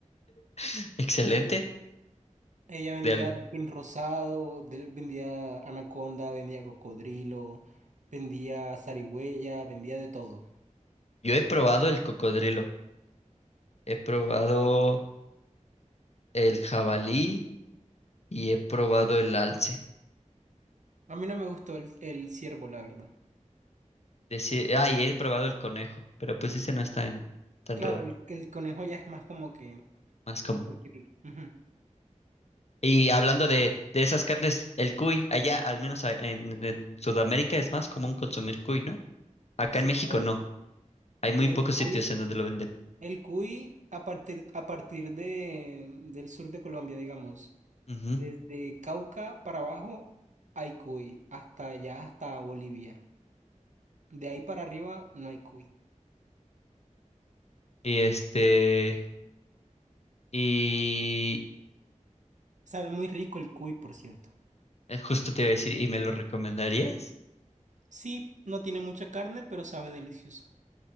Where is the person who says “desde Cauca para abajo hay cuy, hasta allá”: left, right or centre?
Right